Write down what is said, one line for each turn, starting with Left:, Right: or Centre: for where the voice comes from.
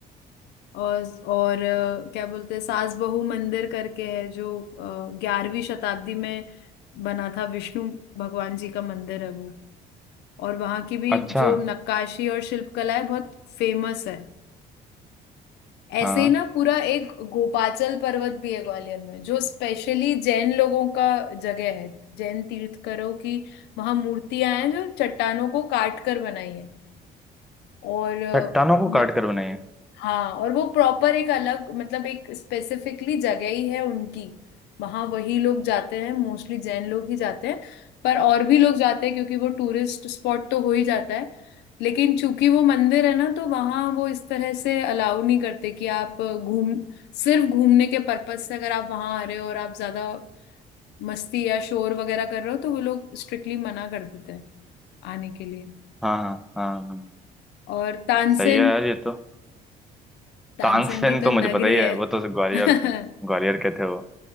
Left: और और अ, क्या बोलते हैं सास बहू मंदिर करके है जो ग्यारहवीं शताब्दी में बना था विष्णु भगवान जी का मंदिर है वो और वहाँ की भी
Centre: अच्छा
Left: जो नक्काशी और शिल्पकला है बहुत फेमस है ऐसे
Centre: हाँ
Left: ही ना पूरा एक गोपाचल पर्वत भी है ग्वालियर में जो स्पेशली जैन लोगों का जगह है जैन तीर्थकरों की वहां मूर्तियां हैं जो चट्टानों को काट कर बनाई है और अ,
Centre: चट्टानों को काट कर बनाई है
Left: हाँ और वो प्रॉपर एक अलग मतलब एक स्पेसिफिकली जगह ही है उनकी वहां वही लोग जाते हैं मोस्टली जैन लोग ही जाते हैं पर और भी लोग जाते हैं क्योंकि वो टूरिस्ट स्पॉट तो हो ही जाता है लेकिन चूंकि वो मंदिर है ना तो वहां वो इस तरह से अलाउ नहीं करते कि आप घूम सिर्फ घूमने के पर्पज से अगर आप वहां आ रहे हो और आप ज्यादा मस्ती या शोर वगैरह कर रहे हो तो वो लोग स्ट्रिक्टली मना कर देते हैं आने के लिए
Centre: हाँ हाँ हाँ हाँ,
Left: और तानसेन
Centre: सही है यार ये तो
Left: तानसेन
Centre: तानसेन
Left: की तो
Centre: तो मुझे
Left: नगरी
Centre: पता ही है
Left: है
Centre: वो तो ग्वालियर
Left: <laughs>
Centre: थे ग्वालियर के थे वो